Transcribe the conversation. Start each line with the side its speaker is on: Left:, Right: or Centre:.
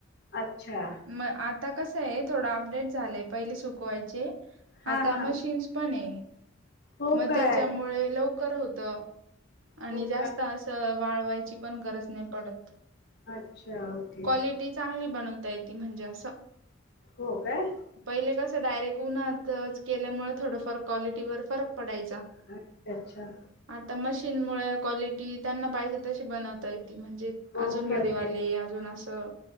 Left: अच्छा
Right: मग आता कसं आहे थोडं अपडेट झालंय पहिले सुकवायचे
Left: हा
Right: आता
Left: हा
Right: मशीन्स पण आहे
Left: हो
Right: मग
Left: काय
Right: त्याच्यामुळे लव होत आणि
Left: हो
Right: जास्त
Left: काय
Right: अस वाळवायची पण गरज नाही पडत
Left: अच्छा ओके
Right: क्वालिटी चांगली बनवता य त म्हणजे असं
Left: हो काय
Right: पहिले कसं डायरेक्ट उन्हातच केल्यामुळे थोडंफार क्वालिटीवर फरक पडायचा
Left: अच्छा अच्छा
Right: आता मशीन मु क्वालिटी त्यांना पाहिजे तशी बनवता येत म्हणजे
Left: ओके
Right: अजून भारी
Left: ओके
Right: वाले अजून असं